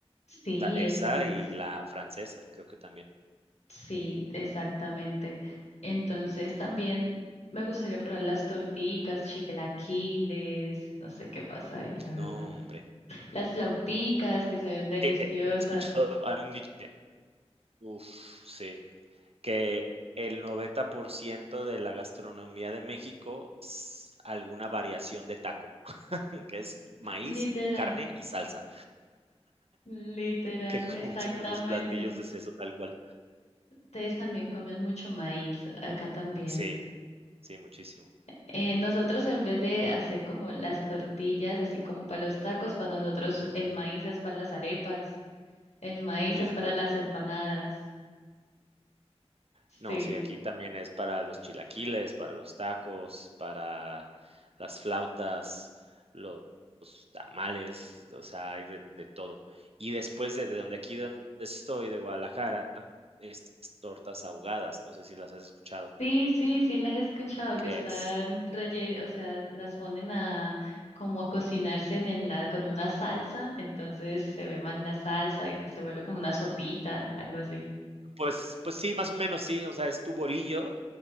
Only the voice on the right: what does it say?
Ta- Esa
y la francesa, creo que también.
No, hombre.
Eh, He escuchado, hay un dicho, que- uf, sí, que el 90% de la gastronomía de México es alguna variación de taco, <laughs> que es maíz,
carne y salsa,
que <laughs> con
muchos de nuestros platillos es eso tal cual.
Sí, sí, muchísimo.
Ujú,
ya.
No, sí, aquí también es para los chilaquiles, para los tacos, para las flautas, los tamales, o sea, hay de de todo. Y después de de donde aquí donde estoy, de Guadalajara, estas tortas ahogadas, no sé si las has escuchado,
que
es
pues pues sí, más o menos sí, o sea, es tu bolillo